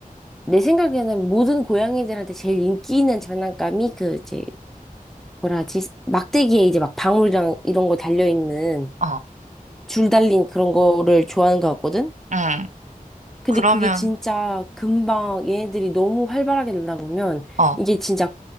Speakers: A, in the centre; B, on the right.
A: 내 생각에는 모든 고양이들한테 제일 인기 있는 장난감이 그 이제 뭐라 하지? 막대기에 이제 막 방울이랑 이런 거 달려 있는
B: 어,
A: 줄 달린 그런 거를 좋아하는 것 같거든.
B: 응,
A: 근데
B: 그러면,
A: 그게 진짜 금방 얘네들이 너무 활발하게 놀다 보면
B: 어,
A: 이게 진짜